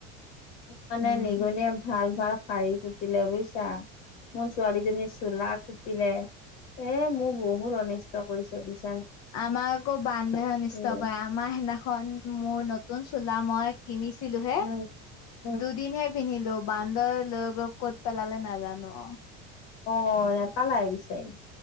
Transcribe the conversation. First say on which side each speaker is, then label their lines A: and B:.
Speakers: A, on the left; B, on the left.
A: মানে
B: উম
A: নিগনিয়ে ভাল ভাল শাৰী কুটিলে বুজিছা। মোৰ ছোৱালীজনী চোলা কুতিলে। এ মোক বহুত অনিষ্ট কৰিছে বুজিছা।
B: আমাক আকৌ বান্দৰৰহে অনিষ্ট
A: উম
B: কৰে ।আমাৰ সিদিনাখন মোৰ নতুন চোলা মই কিনিছিলো হে
A: উম উম
B: দুদিন হে পিন্ধিলো বান্দৰ লগত ক'ত পেলালে নাজানো।
A: অ নেপালাই বিচাৰি?